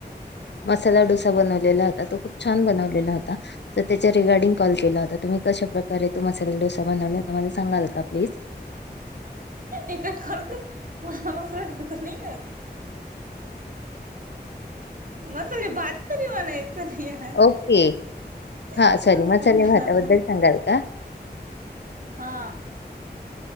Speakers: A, on the left; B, on the right.
A: मसाला डोसा बनवलेला होता तो खूप छान बनवलेला होता. त्याच्या रिगार्डिंग कॉल केला होता तुम्ही, कशा प्रकारे तो मसाला डोसा बनवला तो मला सांगाल का प्लीज?
B: ए काय खरोखर मसाला मसाला डोसा नाही येत. मसाले भात तरी म्हणाय च नाही आ
A: ओके
B: सांग
A: हा सॉरी मसाले
B: पुन्हा
A: भाताबद्दल
B: ना.
A: सांगाल का
B: हा.